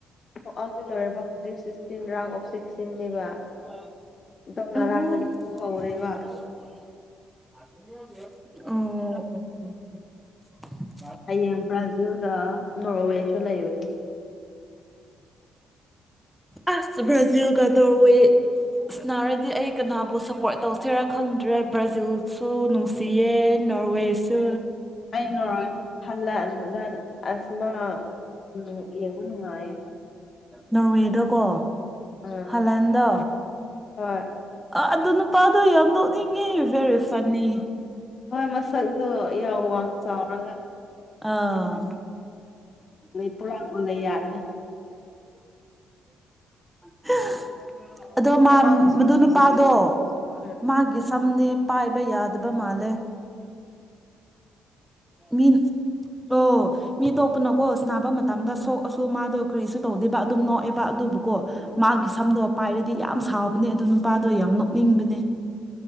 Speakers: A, on the left; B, in the centre.
A: ꯇꯨꯛꯥꯎꯒꯤ ꯂꯣꯏꯔꯕ ꯍꯧꯖꯤꯛ ꯁꯤꯛꯁꯇꯤꯟ ꯔꯥꯎꯟ ꯑꯣꯐ ꯁꯤꯛꯁꯇꯤꯟꯅꯦꯕ
B: ꯑꯣ
A: ꯑꯗꯣ ꯉꯔꯥꯡꯗꯒꯤ ꯍꯧꯔꯦꯕ
B: ꯎꯝ
A: ꯍꯌꯦꯡ ꯕ꯭ꯔꯥꯖꯤꯜꯒ ꯅꯣꯔꯋꯦꯁꯨ ꯂꯩꯕꯅꯦ
B: ꯑꯁ ꯕ꯭ꯔꯥꯖꯤꯜ ꯀꯗꯧꯔꯋꯦ ꯏꯁꯁꯅꯥꯔꯗꯤ ꯑꯩ ꯀꯅꯥꯕꯨ ꯁꯞꯄꯣꯔꯠ ꯇꯧꯁꯤꯔꯥ ꯈꯪꯗ꯭ꯔꯦ ꯕ꯭ꯔꯥꯖꯤꯜꯁꯨ ꯅꯨꯡꯁꯤꯌꯦ ꯅꯣꯔꯋꯦꯁ
A: ꯑꯩꯅ ꯍꯜꯂ ꯑꯁꯃ ꯎꯝ ꯌꯦꯉꯅꯨꯡꯌꯦ
B: ꯅꯣꯔꯋꯦꯗꯀꯣ
A: ꯑ
B: ꯍꯂꯟꯗꯣ
A: ꯍ
B: ꯑꯥ ꯑꯗꯨ ꯅꯨꯄꯥꯗꯣ ꯌꯥꯝ ꯅꯣꯛꯅꯤꯡꯉꯤ ꯚꯦꯔꯤ ꯐꯟꯅꯤ
A: ꯍꯣꯏ ꯃꯁꯛꯇꯣ ꯌꯥꯝ ꯋꯥꯡ ꯆꯥꯎꯔꯒ
B: ꯑꯥ
A: ꯑ ꯄꯨꯔꯥꯒ ꯂꯩ ꯌꯥꯔꯅꯤ
B: <unintelligible> ꯑꯗꯣ ꯃꯗꯨ
A: ꯃꯥꯒꯤ ꯁꯣꯔꯠ ꯁꯣꯔꯠ
B: ꯅꯨꯄꯥꯗꯣ
A: ꯚꯤꯗꯤꯑꯣꯁꯨ ꯎꯝ
B: ꯃꯥꯒꯤ ꯁꯝꯅꯦ ꯄꯥꯏꯕ ꯌꯥꯗꯕ ꯃꯥꯜꯂꯦ ꯃꯤ ꯑꯣ ꯃꯤ ꯇꯣ ꯅ ꯀꯣ ꯅꯥꯕ ꯃꯇꯝꯗ ꯁꯣꯛꯑꯁꯨ ꯃꯥꯗꯣ ꯀ꯭ꯔꯤꯁꯨ ꯇꯧꯗꯦꯕ ꯑꯗꯨꯝ ꯅꯣꯛꯑꯦꯕ ꯑꯗꯨꯕꯨꯀꯣ ꯃꯥꯒꯤ ꯁꯝ ꯑꯗꯣ ꯄꯥꯏꯔꯗꯤ ꯌꯥꯝ ꯁꯥꯎꯕꯅꯦ ꯑꯗꯨ ꯅꯨꯄꯥꯗꯣ ꯌꯥꯝ ꯅꯣꯛꯅꯤꯡꯕꯅꯦ